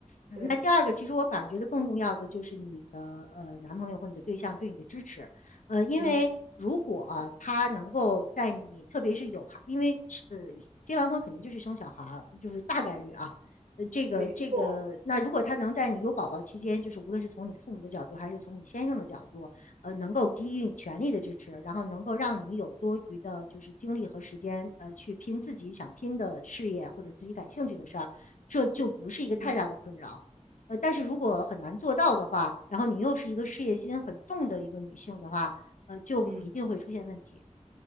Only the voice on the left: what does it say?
嗯那第二个，
其实我反而觉得更重要的就是你的呃男朋友或你的对象对你的支持，呃，因为如果、
啊他能够在你特别是有孩，因为是呃结完婚肯定就是生小孩儿，就是大概率啊，呃，这个这个，
那如果他能在你有宝宝期间，就是无论是从你父母的角度，还是从你先生的角度，呃，能够给予你全力的支持，然后能够让你有多余的，就是精力和时间，呃，去拼自己想拼的事业或者自己感兴趣的事儿，这就不是一个太大的困扰。
呃，但是如果很难做到的话，然后你又是一个事业心很重的一个女性的话，呃，就一定会出现问题。